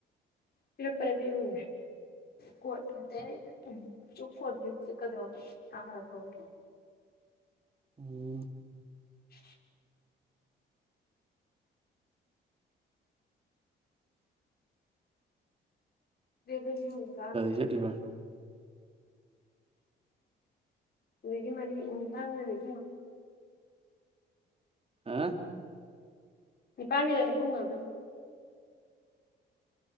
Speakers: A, on the left (about 50°); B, on the right (about 30°).
A: ꯄꯤꯔꯄꯅꯦ ꯄꯤꯔꯅꯦ ꯀꯦ ꯎ ꯆꯨꯞꯨꯞ ꯍꯗꯗ꯭ꯔ ꯁꯔꯒ ꯍ
B: ꯎꯝ
A: ꯎ ꯀ <inaudible>
B: ꯌꯦꯍꯠꯕ
A: ꯑꯗꯨꯗꯤ ꯃꯥꯔꯤ ꯏꯗꯥꯦ
B: ꯑ
A: ꯄꯥꯥꯃꯤ ꯄꯉ ꯑꯗꯨ